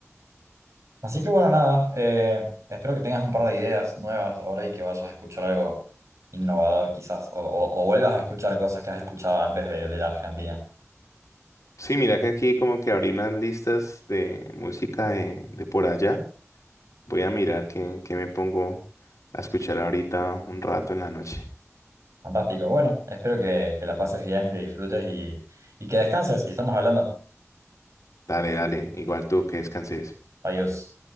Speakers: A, on the right; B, on the left.
A: Así que bueno, nada, eh, espero que tengas un par de ideas nuevas ahora y que vayas a escuchar algo innovador quizás, o, o- o vuelvas a escuchar cosas que has escuchado antes de, de la Argentina.
B: Sí, mira que aquí como que abrí unas listas de música de, de por allá. Voy a mirar qué, qué me pongo a escuchar ahorita un rato en la noche.
A: Fantástico, bueno, espero que, que la pases bien, que disfrutes y, y que descanses y estamos hablando.
B: Dale, dale, igual tú que descanses.
A: Adiós.